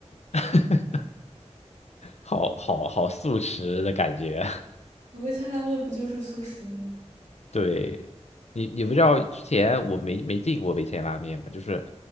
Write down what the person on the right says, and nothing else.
我味千拉面不就是素食吗？